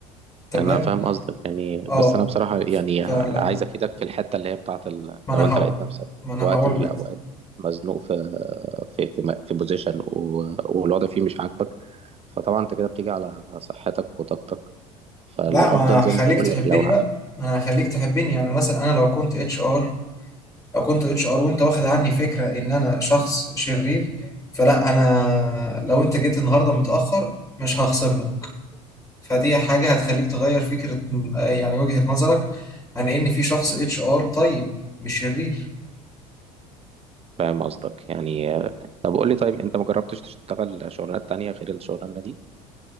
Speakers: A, on the left (about 15°); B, on the right (about 30°).
A: تمام
B: انا فاهم قصدك يعني
A: اه
B: بس انا بصراحه يعني
A: فلا
B: عايز افيدك في الحته اللي هي بتاعت ال...
A: ما انا
B: لو انت
A: هقول
B: لقيت نفسك
A: ما انا
B: في وقت
A: هقول
B: من الاوقات
A: لك
B: مزنوق في في في, م- في بوزيشن و... والوضع فيه مش عاجبك فطبعا انت كده بتيجي على صحتك وطاقتك فالافضل
A: لا ما انا
B: زي
A: هخليك
B: ما بقول
A: تحبني
B: لك لو ه-
A: بقى ما انا هخليك تحبني يعني مثلا انا لو كنت اتش ار لو كنت اتش ار وانت واخد عني فكره ان انا شخص شرير فلا انا لو انت جيت النهارده متاخر مش هخصم لك فدي حاجة هتخليك تغير فكرة يعني وجهة نظرك عن ان في شخص اتش ار طيب مش شرير
B: فاهم قصدك يعني طب قول لي طيب انت ما جربتش تشتغل شغلانات تانية غير الشغلانه دي